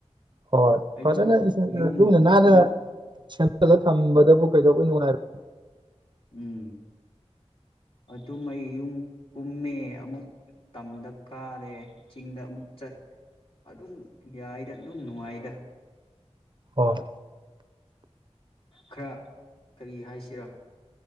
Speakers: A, on the right; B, on the left.
A: ꯍꯣꯏ
B: ꯑꯗꯨꯝ
A: ꯐꯖꯅ
B: ꯌꯨꯝ
A: ꯂꯨꯅ ꯅꯥꯟꯅ ꯁꯦꯝꯖꯤꯜꯂꯒ ꯊꯝꯕꯗꯕꯨ ꯀꯩꯗꯧꯕꯩ ꯅꯨꯡꯉꯥꯏꯔ
B: ꯎꯝ ꯑꯗꯨꯝ ꯑꯩ ꯌꯨꯝ ꯀꯨꯝꯃꯦ ꯑꯃꯨꯛ ꯇꯝꯗ ꯀꯥꯔꯦ ꯆꯤꯡꯗ ꯑꯃꯨꯛ ꯆꯠ ꯑꯗꯨꯝ ꯌꯥꯏꯗ ꯑꯗꯨꯝ ꯅꯨꯡꯉꯥꯏꯗ
A: ꯍꯣꯏ
B: ꯈꯔ ꯀꯔꯤ ꯍꯥꯏꯁꯤꯔꯥ